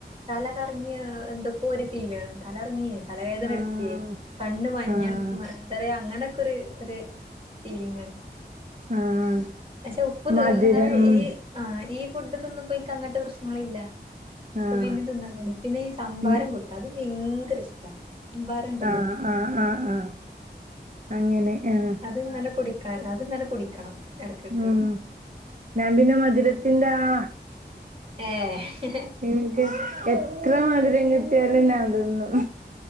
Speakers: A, on the right (about 30°); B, on the right (about 45°).
A: തലകറങ്ങിയ എന്തൊക്കോ ഒരു ഫീലണ് തലറങ്ങിയെ തലവേദന
B: ആഹ്
A: എടുക്കേ കണ്ണ് മഞ്ഞൾ
B: ആഹ്
A: പ്പ് മാ എന്താ റയ അങ്ങനെയൊക്കെര് ഒര് ഫീലിംഗണ്
B: ആഹ്
A: പക്ഷെ ഉപ്പ് തീ
B: മധുരം
A: അങ്ങനെ
B: ഉം
A: ഈ ആഹ് ഈ ഫുഡ് തിന്നുബോ ഇൻക്ക് അങ്ങന് ത്തെ പ്രശ്നങ്ങള് ഇല്ല അപ്പൊ
B: ആഹ്
A: പിന്നെ തിന്നാൻ തോന്നും പിന്നെ ഈ സംമ്പാരം
B: പിന്നെ
A: കൂട്ടാൻ അത് ഭയങ്കര ഇഷ്ട സംഭാരം ഉണ്ടല്ലോ
B: ആഹ് ആഹ് ആഹ്ആഹ്അങ്ങനെ ആഹ്
A: അത്ങ്ങനെ കുടിക്കാൻ അത്ങ്ങനെ കുടിക്കണം ഇടക്കിടക്ക്
B: ഉം ഞാൻ പിന്നെ മധുരത്തിന്റെ ആ
A: ഏഹ്
B: ഇന്ക്ക് എത്ര മധുരം കിട്ടിയാലും ഞാ തിന്നും